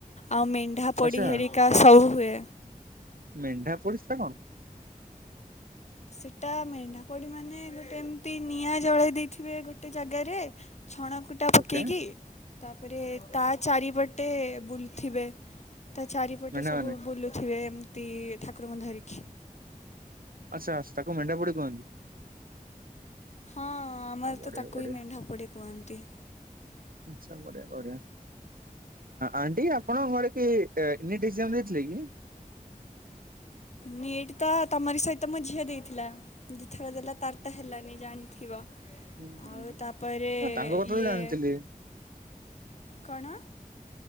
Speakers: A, on the left; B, on the right.
A: ଆଉ ମେଣ୍ଢା ପୋଡି
B: ଆଚ୍ଛା
A: ହେରିକା ସବୁ ହୁଏ।
B: ମେଣ୍ଢା ପୋଡି ସେଟା କଣ?
A: ସେଟା ମେଣ୍ଢା ପଡ଼ି ମାନେ, ଗୋଟେ ଏମିତି ନିଆଁ ଜଳାଇ ଦେଇଥିବେ ଗୋଟେ ଜାଗାରେ ଛଣ କୁଟା ପକେଇକି,
B: ଓକେ
A: ତାପରେ ତା ଚାରିପଟେ ବୁଲଥିବେ ତା ଚାରିପଟେ
B: ମେଣ୍ଢା
A: ସବୁ
B: ମାନେ
A: ବୁଲୁଥିବେ ଏମିତି ଠାକୁରଙ୍କୁ ଧରିକି।
B: ଆଛା, ତାକୁ ମେଣ୍ଢା ପୋଡି କୁହନ୍ତି।
A: ହଁ, ଆମର
B: ଆଉ ବଢିଆ
A: ତ ତାକୁ
B: ବଢିଆ
A: ହିଁ ମେଣ୍ଢା ପଡ଼ି କୁହନ୍ତି।
B: ଆଛା, ବଢ଼ିଆ ବଢ଼ିଆ। ଆଣ୍ଟି, ଆପଣଙ୍କ ଘରେ କିଏ ନିଟ ଏକ୍ଜାମ ଦେଇଥିଲେ କି?
A: ନିଟ ତ, ତମରି ସହିତ ମୋ ଝିଅ ଦେଇଥିଲା। ଦିଥର ଦେଲା, ତାର ତ ହେଲାନି, ଜାଣିଥିବ?
B: ହୁଁ ହୁଁ,
A: ଆଉ ତାପରେ
B: ତାଙ୍କ କଥା
A: ଇଏ
B: ତ ଜାଣିଥିଲି।
A: କଣ?